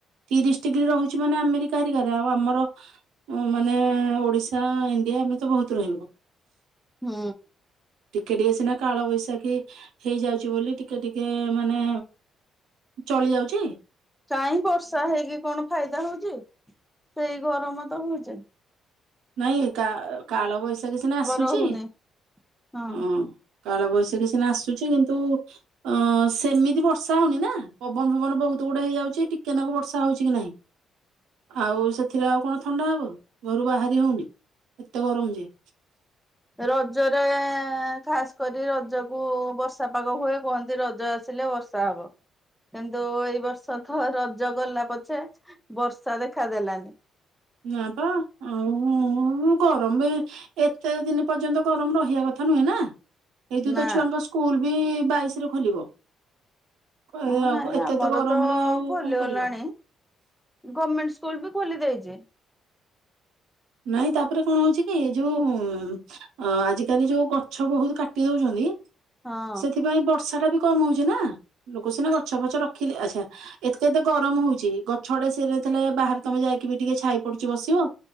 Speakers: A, on the right; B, in the centre.
A: ତିରିଶ ଡିଗ୍ରୀ ରହୁଛି ମାନେ ଆମେରିକା ହେରିକାରେ ଆଉ ଆମର ମାନେ ଓଡିଶା ଇଣ୍ଡିଆ ଏମିତି ତ ବହୁତ ରହିବ।
B: ହୁଁ।
A: ଟିକେ ଟିକେ ସିନା କାଳବୈଶାଖୀ ହେଇଯାଉଚି ବୋଲି ଟିକେ ଟିକେ ମାନେ ଚଳି ଯାଉଚି।
B: କାହିଁ ବର୍ଷା ହେଇକି କଣ ଫାଇଦା ହଉଚି? ସେଇ ଗରମ ତ ହଉଚି।
A: ନାଇଁ କାଳ ବୈଶାଖୀ ସିନା ଆସୁଛି
B: ରହୁନି ହଁ।
A: ହୁଁ। କାଳ ବୈଶାଖୀ ସିନା ଆସୁଚି କିନ୍ତୁ ଅ ସେମିତି ବର୍ଷା ହଉନି ନା ପବନ ଫବନ ବହୁତ ଗୁଡେ ହେଇଯାଉଛି ଟିକେ ନାକୁ ବର୍ଷା ହଉଚି କି ନାହିଁ।
B: <inaudible>
A: ଆଉ ସେଥିରେ ଆଉ କଣ ଥଣ୍ଡା ହବ ଘରୁ ବାହାରି ହଉନି ଏତେ ଗରମ ଯେ।
B: ରଜରେ ଖାସ୍ କରି ରଜ କୁ ବର୍ଷା ପାଗ ହୁଏ କୁହନ୍ତି ରଜ ଆସିଲେ ବର୍ଷା ସା ହବ। କିନ୍ତୁ ଏଇ ବର୍ଷ ତ ରଜ ଗଲା ପଛେ ବର୍ଷା ଦେଖାଦେଲାନି।
A: ନା ପା ଉଁ ଉଁ ଗରମ ବି ଏତେ ଦିନ୍ ପର୍ଯ୍ୟନ୍ତ ଗରମ ରହିବା କଥା ନୁହେଁ ନା? ଏଇଠୁ
B: ନା
A: ତ ଛୁଆଙ୍କ ସ୍କୁଲ ବି ବାଇଶି ରୁ ଖୋଲିବ। କ
B: ହଁ
A: ଏଆଗ
B: ନାଇଁ
A: ଏତେ
B: ଆମର
A: ତ ଗରମରେ ଆଉ
B: ଖୋଲିଗଲାଣି
A: କଣ କରିବୁ?
B: ଗମେଣ୍ଟ ସ୍କୁଲ ବି ଖୋଲି ଦେଇଚି।
A: ନାଇଁ ତାପରେ କଣ ହଉଚି କି ଯୋଉ ଉଁ ଉଁ ଉଁ। ହଁ ଆଜିକାଲି ଯୋଉ ଗଛ ବହୁତ୍ କାଟି ଦଉଚନ୍ତି
B: ହଁ।
A: ସେଥିପାଇଁ ବର୍ଷା ଟା ବି କମ୍ ହଉଚି ନା ଲୋକ ସିନା ଗଛ ଫଛ ରଖିଲେ ଆଚ୍ଛା। ଏତେତ ଗରମ୍‌ହଉଛି ଗଛ ଆଡେ ସିରେ ଥିଲେ ବାହାରେ ତମେ ଯାଇକି ବି ଟିକେ ଛାଇ ପଡୁଛି ବସିବ।